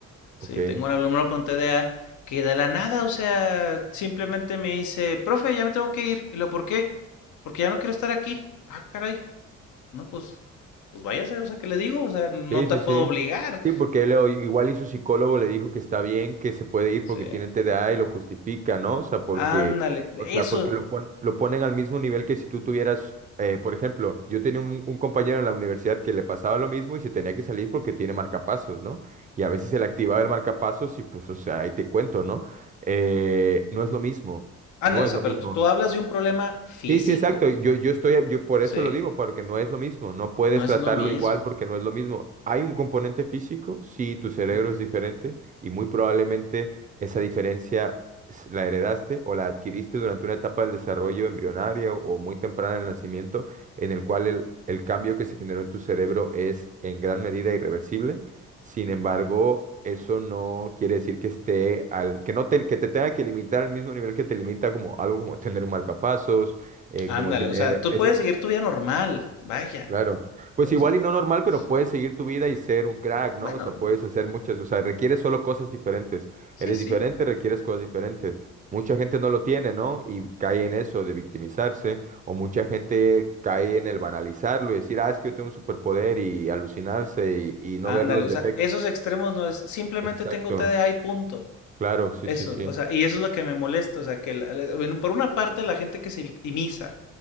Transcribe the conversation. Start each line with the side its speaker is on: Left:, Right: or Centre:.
Left: Sí,
Right: Ok.
Left: tengo un alumno con TDA que de la nada, o sea, simplemente me dice, profe, ya me tengo que ir. ¿Y lo por qué? Porque ya no quiero estar aquí. Ah, caray. No, pues, pues váyase, o sea, ¿qué le digo? O sea, no
Right: Sí,
Left: te
Right: sí,
Left: puedo
Right: sí.
Left: obligar.
Right: Sí, porque él o- igual y su psicólogo le dijo que está bien, que se puede ir
Left: Sí.
Right: porque tiene TDA y lo justifica, ¿no? O sea, porque,
Left: Ándale,
Right: o
Left: eso,
Right: sea, porque lo pon- lo ponen al mismo nivel que si tú tuvieras, eh, por ejemplo, yo tenía un, un compañero en la universidad que le pasaba lo mismo y se tenía que salir porque tiene marcapasos, ¿no? Y a veces se le activaba el marcapasos y pues, o sea, ahí te cuento, ¿no? Eh, no es lo mismo,
Left: ándale,
Right: no es
Left: o sea,
Right: lo
Left: pero
Right: mismo.
Left: tú, tú hablas de un problema físico,
Right: Sí, sí, exacto. Yo, yo estoy, yo por
Left: ¿sí?
Right: eso lo digo, porque no es lo mismo. No puedes
Left: No es
Right: tratarlo
Left: lo mismo.
Right: igual porque no es lo mismo. Hay un componente físico, sí, tu cerebro
Left: Uh -huh,
Right: es diferente y muy probablemente esa diferencia s- la heredaste o la adquiriste durante una etapa del desarrollo embrionaria o, o muy temprana del nacimiento, en el cual el, el cambio que se generó en tu cerebro es en gran medida irreversible. Sin
Left: uh
Right: embargo,
Left: -huh.
Right: eso no quiere decir que esté al, que no te, que te tenga que limitar al mismo nivel que te limita como algo como tener un marcapasos eh,
Left: Ándale,
Right: como tener
Left: o sea, tú
Right: ese,
Left: puedes seguir tu vida normal, vaya.
Right: claro, pues
Left: O
Right: igual
Left: sea,
Right: y no normal, pero
Left: sí.
Right: puedes seguir tu vida y ser un crack,
Left: bueno,
Right: ¿no? O sea, puedes hacer muchas, o sea, requieres solo cosas diferentes.
Left: sí,
Right: Eres
Left: sí.
Right: diferente, requieres cosas diferentes. Mucha gente no lo tiene, ¿no? Y cae en eso de victimizarse, o mucha gente cae en el banalizarlo y decir, ah, es que yo tengo un superpoder y alucinarse y, y no
Left: Ándale,
Right: ver los
Left: o
Right: defectos.
Left: sea, esos extremos no es simplemente
Right: Exacto,
Left: tengo TDA y punto.
Right: claro, sí,
Left: Eso,
Right: sí, sí,
Left: o sea, y eso es lo que me molesta, o sea, que la- la- bueno, por una parte la gente que se victimiza